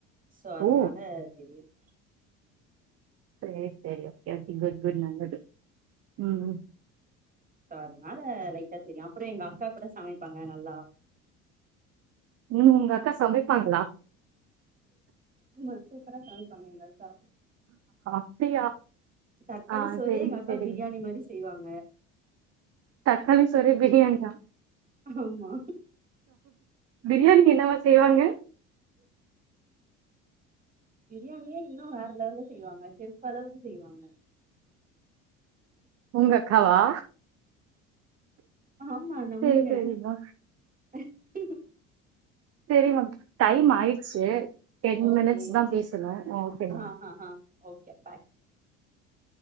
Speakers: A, on the right; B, on the right.
A: சோ அதனால
B: ஓ
A: தெரியும்
B: சரி சரி ஓகே கே குட் குட் நல்லது உம்
A: சோ அதனால லைட்டா தெரியும் அப்புறம் எங்க அக்கா கூட சமைப்பாங்க நல்லா
B: உம் உங்க அக்கா சமைப்பாங்களா
A: ஆ சூப்பரா சாமிப்பாங்க எங்க அக்கா
B: அப்டியா
A: தக்காளி
B: ஆ
A: சோறே
B: சேரி
A: எங்க அக்கா
B: சேரிங்க
A: பிரியாணி மாதிரி செய்வாங்க
B: தக்காளி சோறே பிரியாணி யா
A: ஆமா
B: பிரியாணி என்னவா செய்வாங்க
A: பிரியாணியே இன்னும் வேறலவல செய்வாங்க செப் அளவுக்கு செய்வாங்க
B: உங்கக்காவா
A: ஆமா நம்புங்க
B: சேரி சேரிங்க
A: <inaudible>
B: சரி மேம் டைம் ஆயிடி சே டென்
A: ஓகே
B: மீனிட்ஸ் தான் பேசணும் ஓகே மேம்
A: ஆ ஆ ஆ ஓகே பாய்